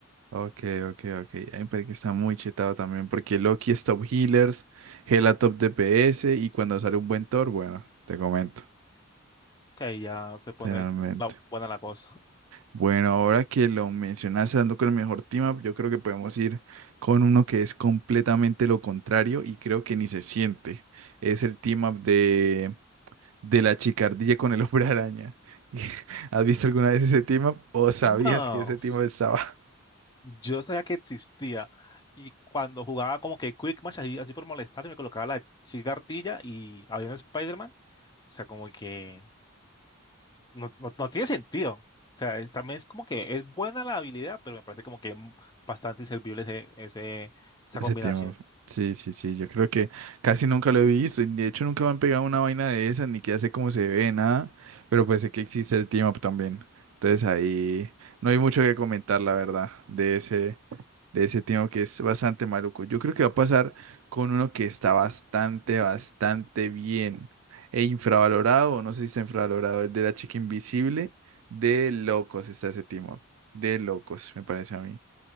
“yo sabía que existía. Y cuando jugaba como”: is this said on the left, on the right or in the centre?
Left